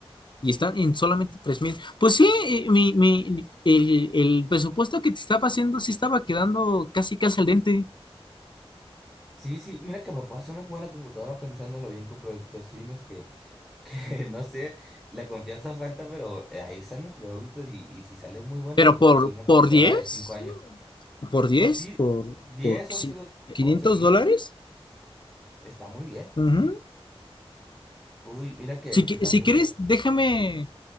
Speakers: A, on the left; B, in the centre.
A: Y están en solamente tres mil. Pues sí, eh, mi, mi- el, el presupuesto que te estaba haciendo sí estaba quedando casi casi al dente.
B: Sí, sí, mira que me puedo hacer una buena computadora pensándolo bien con productos chinos que, <laughs> no sé, la confianza falta, pero eh, ahí están los productos y, y si salen muy buenos
A: Pero
B: te
A: por,
B: puede salir una computadora
A: por 10
B: de 5 años.
A: por diez
B: Por sí,
A: por,
B: 10
A: por si-
B: 11 do-
A: 500
B: 11 mil,
A: dólares.
B: sí, está muy bien,
A: Ujú.
B: sí. Uy, mira que,
A: Si,
B: que
A: qui-
B: también...
A: si quieres,
B: po-
A: déjame.